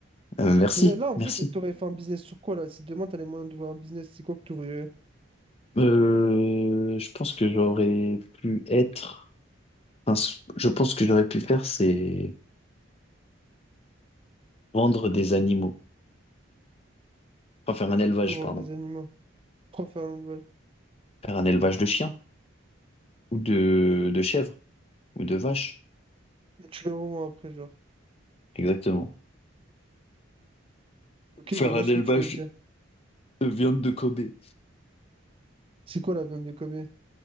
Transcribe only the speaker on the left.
euh, merci,
merci.
Euh, je pense que j'aurais pu être... un- s- Je pense que j'aurais pu faire, c'est vendre des animaux, enfin faire un élevage,
pardon.
Faire un élevage de chiens ou de, de chèvres ou de vaches.
Exactement.
Faire
un
élevage
de viande de Kobe.